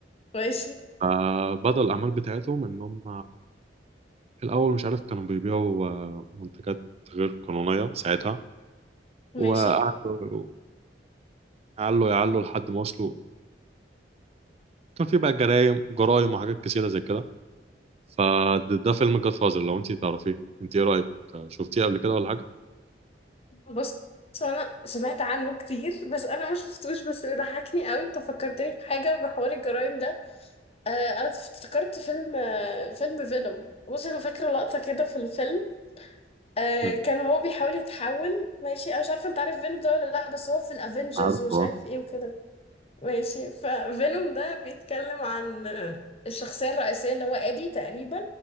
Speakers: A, on the left; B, on the right.
A: ماشي
B: فبدأوا الأعمال بتاعتهم إن هم في الأول مش عارف كانوا بيبيعوا آه، منتجات غير قانونية ساعتها
A: ماشي
B: وقعدوا يعلوا يعلوا لحد ما وصلوا كان في بقى جرايم جرايم وحاجات كتيرة زي كده فده ده فيلم جاد فازر لو أنت تعرفيه أنت إيه رأيك شفتيه قبل كده ولا حاجة؟
A: بص هو أنا سمعت عنه كتير بس أنا ما شفتوش بس اللي ضحكني قوي أنت فكرتني بحاجة بحوار الجرايم ده آه أنا افتكرت فيلم آه فيلم فينوم بص أنا فاكرة لقطة كده في الفيلم آه
B: مم.
A: كان هو بيحاول يتحول ماشي انا مش عارفه انت عارف فينوم ده ولا لا بس هو في الافينجرز
B: عارفه
A: ومش
B: آه.
A: عارف ايه وكده ماشي ففينوم ده بيتكلم عن آه، الشخصيه الرئيسيه اللي هو ادي تقريبا